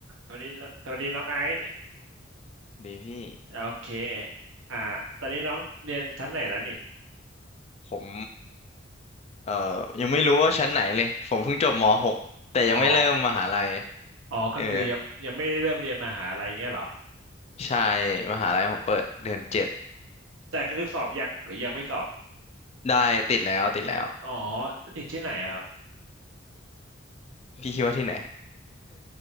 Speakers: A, on the right; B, on the left.
A: สวัสดีสวัสดีน้องไอซ์
B: ดีพี่
A: โอเคอ่าตอนนี้น้องเรียนชั้นไหนแล้วนี่
B: ผมเอ่อยังไม่รู้ว่าชั้นไหนเลยผมเพิ่งจบม .6 แต่ยังไม่เริ่มมหาลัย
A: อ๋ออ๋อก็คือยังยังไม่ได้เริ่มเรียนมหาลัยเงี้ยเหรอ
B: เออใช่มหาลัยผมเปิดเดือนเจ็ด
A: แต่ก็คือสอบยังหรือยังไม่สอบ
B: ได้ติดแล้วติดแล้ว
A: อ๋อติดที่ไหนอะครับ
B: พี่คิดว่าที่ไหน